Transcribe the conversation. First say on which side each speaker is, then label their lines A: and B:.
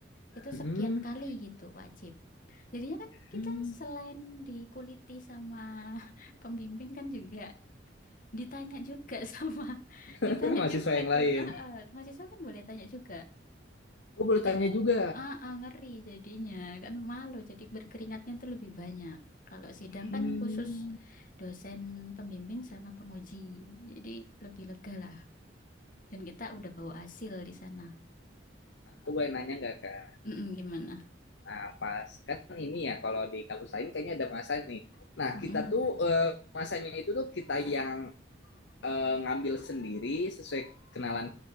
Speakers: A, on the left; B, on the left.
A: itu
B: hmm,
A: sekian kali gitu wajib. Jadinya kan kita
B: hmm.
A: selain dikuliti sama <laughs> pembimbing kan juga ditanya juga <laughs> sama ditanya
B: <laughs> mahasiswa
A: juga
B: yang lain
A: tuh. Heeh, mahasiswa kan boleh tanya juga.
B: oh boleh
A: Jadi
B: tanya juga
A: ah ah, ngeri jadinya kan malu jadi berkeringatnya tuh lebih banyak. Kalau sidang
B: hmm.
A: kan khusus dosen pembimbing sama penguji. Jadi lebih lega lah dan kita udah bawa hasil di sana.
B: aku boleh nanya nggak kak
A: Mm-mm, gimana?
B: Nah, pas kan ini ya kalau di kampus lain kayaknya ada masa nih. Nah,
A: Mm-mm,
B: kita tuh eh, masanya itu tuh kita yang eh, ngambil sendiri sesuai kenalan